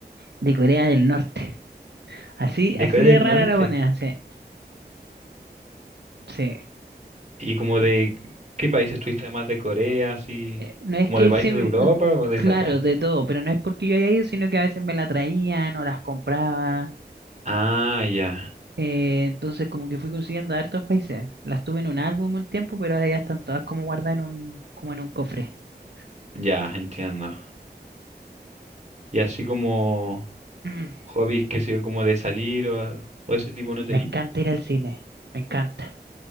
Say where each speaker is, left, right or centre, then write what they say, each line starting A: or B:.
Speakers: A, on the right; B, on the right.
A: de Corea del Norte. Así,
B: de
A: así
B: Corea
A: de
B: del
A: rara
B: Norte.
A: la moneda, sí, sí.
B: ¿Y como de qué países estuviste además de Corea, así?
A: Eh, No es
B: ¿Como
A: que
B: de países
A: se,
B: de Europa o desde
A: claro,
B: acá?
A: de todo, pero no es porque yo haya ido, sino que a veces me la traían o las compraba.
B: Ah, ya.
A: Eh, entonces como que fui consiguiendo de hartos países. Las tuve en un álbum un tiempo, pero ahora ya están todas como guardadas en un, como en un cofre. <clears throat>
B: Ya, entiendo. Y así como...
A: Mm,
B: hobbies que sé yo, como de salir o, o ese tipo no tení.
A: Me encanta ir al cine, me encanta.